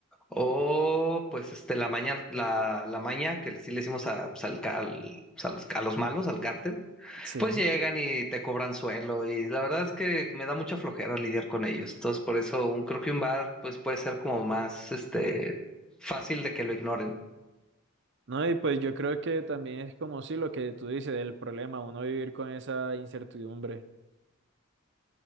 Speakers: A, in the centre; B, on the right.
A: o pues este la maña, la, la maña que le- sí le hicimos a, pues, al ca- al- pues, a los, a los malos, al cártel.
B: Sí.
A: Pues llegan y te cobran suelo y la verdad es que me da mucha flojera lidiar con ellos. Entonces, por eso un, creo que un bar pues puede ser como más este fácil de que lo ignoren.
B: No, y pues yo creo que también es como si lo que tú dices, el problema, uno vivir con esa incertidumbre.